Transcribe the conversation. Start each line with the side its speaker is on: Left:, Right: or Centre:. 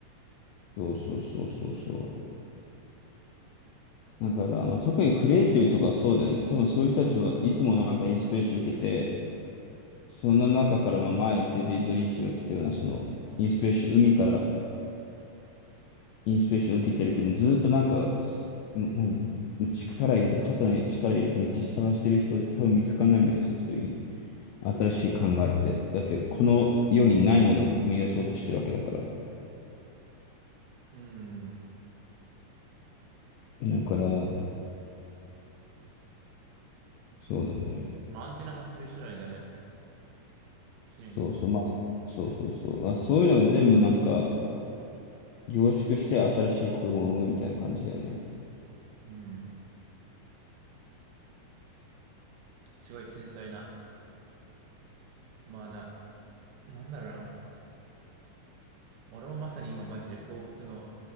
Left: そうそうそうそうそう。だから、まあ、特にクリエイティブとかそうだよね。多分そういう人たちはいつもなんかインスピレーション受けて、その中から、まあ前、デビッド・リンチが言ってたような、その、インスピレーション、海からインスピレーション受けてるけど、ずっとなんか、すん何もう力入れて、肩に力入れて、めっちゃ探してる人で多分見つかんないんだよね、そういう新しい考えって。だって、この世にないものを生み出そうとしてるわけだから。
Right: うん。
Left: だから、そうだね。
Right: まあ、アンテナ張ってる人にはダメだね。常に。
Left: そうそう、まあ、そうそうそう。まあ、そういうのが全部なんか、凝縮して新しい子供を産むみたいな感じだよね。
Right: うん。すごい繊細な。まあな、なんだろうな。俺もまさに今マジで広告の